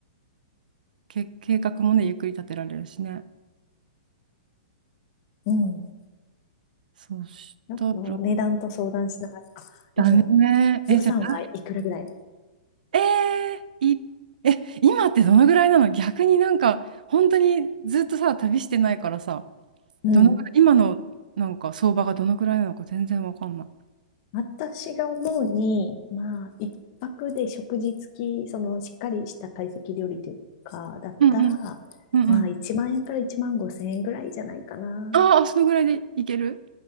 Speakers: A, on the right; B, on the left.
A: け、計画もね、ゆっくり立てられるしね。
B: うん。
A: そしたら、
B: ちょっと値段と相談しながら。あ、
A: だね。
B: でも予算はいくらぐらい
A: え、じゃあえー、い、え、今ってどのぐらいなの逆になんか、本当にずっとさ、旅してないからさ、
B: うん。
A: どのぐらい、今のなんか相場がどのぐらいなのか全然わかんない。
B: 私が思うに、まあ、一泊で食事付き、その、しっかりした懐石料理というか、だったら、
A: うんうん。うんうん。
B: まあ、1万円から1万5千円ぐらいじゃないかな。
A: ああ、そのぐらいでいける